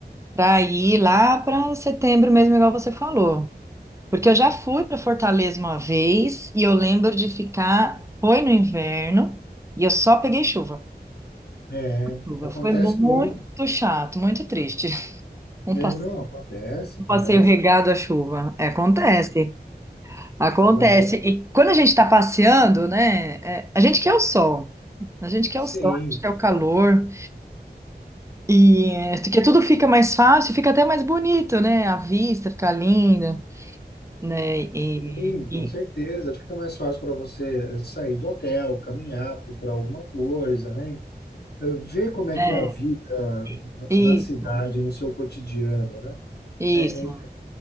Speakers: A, on the right; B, on the left.
A: para ir lá para setembro mesmo, igual você falou. Porque eu já fui para Fortaleza uma vez e eu lembro de ficar, foi no inverno e eu só peguei chuva.
B: é,
A: Chuva.
B: acontece
A: Foi muito
B: muito,
A: chato, muito triste. <laughs> Um
B: né?
A: passe-
B: Não, acontece,
A: um
B: acontece,
A: passeio regado à chuva. É, acontece. Acontece.
B: acontece.
A: E quando a gente está passeando, né? é, a gente quer o sol. A gente quer
B: Sim,
A: o sol, a gente quer o calor. E é, porque tudo fica mais fácil, fica até mais bonito, né? A vista fica linda, né? E,
B: sim,
A: e,
B: com certeza. Fica mais fácil para você sair do hotel, caminhar, procurar alguma coisa, né? ver como é
A: é,
B: que é a vida
A: e- isso,
B: na cidade, no seu cotidiano, né?
A: isso.
B: É, é,